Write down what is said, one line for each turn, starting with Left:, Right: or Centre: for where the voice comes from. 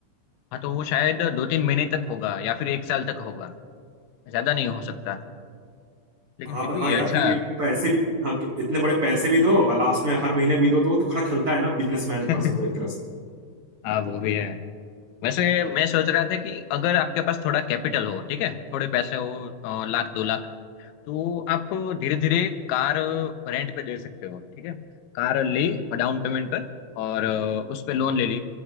Left: हाँ तो वो शायद दो तीन महीने तक होगा या फिर एक साल तक होगा ज्यादा नहीं हो सकता लेकिन
Right: हाँ
Left: फिर
Right: पर
Left: भी
Right: हाँ
Left: ये
Right: यार
Left: अच्छा
Right: क्योंकि पैसे भी हाँ, कि- इतने बड़े पैसे भी दो और लास्ट में हर महीने भी दो तो वो तो खड़ा खलता है ना बिजनेसमैन
Left: <laughs>
Right: पर्सन को एक तरह से
Left: हाँ वो भी है वैसे मैं सोच रहा था कि अगर आपके पास थोड़ा कैपिटल हो ठीक है थोड़े पैसे हो अ, लाख दो लाख तो आप धीरे धीरे कार रेंट पे दे सकते हो ठीक है कार ली और डाउन पेमेंट पर और अ, उस पे लोन
Right: हम्म,
Left: ले ली